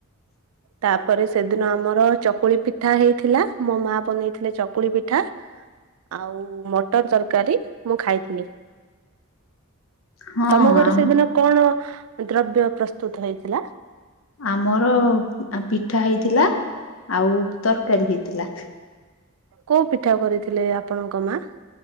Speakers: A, on the right; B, on the left.
A: ତାପରେ ସେଦିନ ଆମର ଚକୁଳି ପିଠା ହେଇଥିଲା, ମୋ ମା ବନେଇଥିଲେ ଚକୁଳି ପିଠା ଆଉ ମଟର ତରକାରୀ, ମୁଁ ଖାଇଥିଲି।
B: ହଁ
A: ତମ ଘରେ
B: ଆମ
A: ସେଦିନ କଣ ଦ୍ରବ୍ୟ ପ୍ରସ୍ତୁତ ହେଇଥିଲା
B: ଆମର ପିଠା ହେଇଥିଲା ଆଉ ତରକାରୀ ହେଇଥିଲା
A: କୋଉ ପିଠା କରିଥିଲେ ଆପଣଙ୍କ ମା